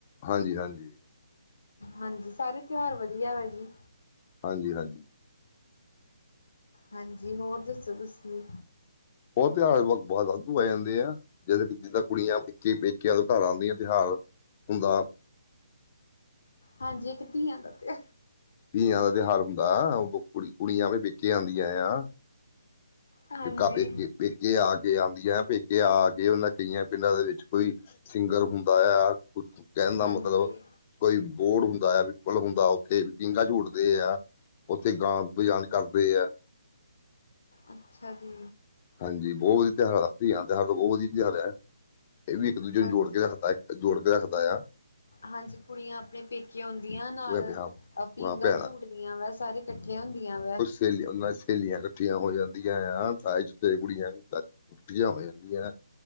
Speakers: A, on the left; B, on the left.
A: ਹਾਂਜੀ-ਹਾਂਜੀ।
B: ਹਾਂਜੀ, ਸਾਰੇ ਤਿਉਹਾਰ ਵਧੀਆ ਵਾ ਜੀ।
A: ਹਾਂਜੀ-ਹਾਂਜੀ।
B: ਹਾਂਜੀ, ਹੋਰ ਦੱਸੋ ਤੁਸੀਂ।
A: ਬਹੁਤ ਤਿਹਾਰ ਬਹੁਤ ਵਾਧੂ ਆ ਜਾਂਦੇ ਆ। ਜਦੋਂ ਜਿੱਦਾਂ ਕੁੜੀਆਂ ਵਿੱਚੀ ਪੇਕਿਆਂ ਤੋਂ ਘਰ ਆਂਦੀਆਂ ਤਿਉਹਾਰ ਹੁੰਦਾ
B: ਹਾਂਜੀ, ਧੀਆਂ ਦਾ ਤੇ
A: ਧੀਆਂ ਦਾ ਤਿਉਹਾਰ ਹੁੰਦਾ, ਓਹ ਕੁ ਕੁੜੀਆਂ ਵੀ ਪੇਕੇ ਆਂਦੀਆਂ ਆ।
B: ਹਾਂਜੀ,
A: ਕਾਫੀ ਪੇਕੇ-ਪੇਕੇ ਆ ਕੇ ਆਉਂਦੀਆਂ, ਪੇਕੇ ਆ ਕੇ ਉਹਨਾਂ ਕਈਆਂ ਪਿੰਡਾਂ ਦੇ ਵਿੱਚ ਕੋਈ ਸਿੰਗਰ ਹੁੰਦਾ ਆ। ਕੁ ਕਹਿਣ
B: ਹਾਂਜੀ,
A: ਦਾ ਮਤਲਬ, ਕੋਈ ਬੋਰਡ ਹੁੰਦਾ ਆ, ਪਿੱਪਲ ਹੁੰਦਾ, ਉੱਥੇ ਪੀਂਘਾ ਝੂਟਦੇ ਆ। ਉੱਥੇ ਗਾਂ ਬੁਝਾਨ ਕਰਦੇ ਆ।
B: ਅੱਛਾ ਜੀ
A: ਹਾਂਜੀ, ਬਹੁ ਵਧੀਆ ਤਿਉਹਾਰ ਆਪੀ ਆਂਦਾ, ਬਹੁ ਵਧੀਆ ਤਿਉਹਾਰ ਐ। ਇਹ ਵੀ ਇੱਕ ਦੂਜੇ ਨੂੰ
B: ਹਾਂਜੀ।
A: ਜੋੜ ਕੇ ਰੱਖਦਾ ਐ, ਜੋੜ ਕੇ ਰੱਖਦਾ ਆ।
B: ਹਾਂਜੀ ਕੁੜੀਆਂ ਆਪਣੇ ਪੇਕੇ ਆਉਂਦੀਆਂ ਨਾਲ
A: ਉਹਨਾਂ ਦੇ ਹਾਂ
B: ਪੀਂਘਾਂ
A: ਹਾਂ ਭੈਣਾਂ
B: ਝੂਟਦੀਆਂ ਵੈਸੇ ਸਾਰੇ ਕੱਠੀਆਂ ਹੁੰਦੀਆਂ ਵੈ।
A: ਸਹੇਲੀਆਂ ਉਹ ਨਾਲ ਸਹੇਲੀਆਂ ਕੱਠੀਆਂ ਹੋ ਜਾਂਦੀਆਂ ਆ, ਥਾਈ ਚ। ਤੇ ਕੁੜੀਆਂ ਤਾਂ ਉੱਠੀਆਂ ਹੋ ਜਾਂਦੀਆਂ ਐ।